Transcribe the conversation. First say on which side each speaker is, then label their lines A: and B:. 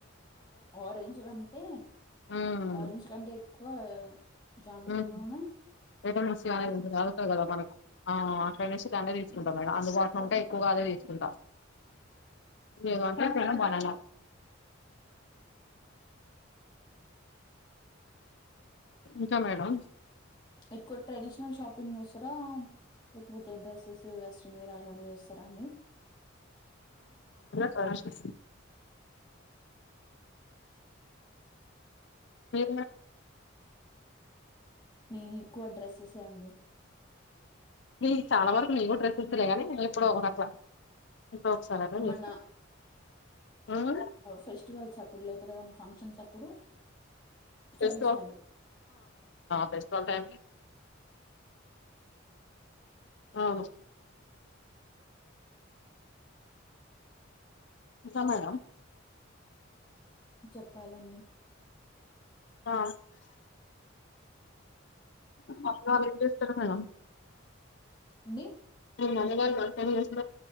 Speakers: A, on the left; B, on the left.
A: ఆ రెంజ్ కంటే
B: ఉమ్
A: ఆరెంజ్ కంటే ఎక్కువ జామకి
B: ఉమ్
A: నూన
B: విటమిన్ సి అనేది తగుతంది కదా మనకు ఆ ంచితనే తీసుకుా మేడం అందుబాటులో ఉంటే ఎక్కువగా అదే తీసుకుంటాం ఏంట బన ఇంకా మేడం
A: ఎక్కువ ట్రెడిషనల్ షాపింగ్ చేస్తారా లేకపోతే డ్రెస్సెస్ వెస్ట్రన్ వరా అలానే చేస్తారా అండి
B: స హ
A: నేను ఎక్కువ డ్రెస్సెస్ అండి
B: న చాలా వరకు మీకు డ్రెస్ ఇస్తులే గానీ నే ఎప్పుడు ఒక అట్లా ఎప్పుడో ఒకసారి అట్లా
A: ఏమన్నా
B: చేస్తా మ్మ్
A: ఫెస్టివల్స్ ఇప్పుడు లేకపోతే ఏమైన్నా ఫంక్షన్స్ అప్పుడు
B: ఫస్
A: ట్రెడిషనల్
B: ఫస్ల్ టై అవు స మేడమ్
A: చెప్పాలన్నీ
B: ఆ అప్పుడు వాళ్లు ఏమి చేస్తున్నారు మేడమ్
A: అండి
B: అ చేస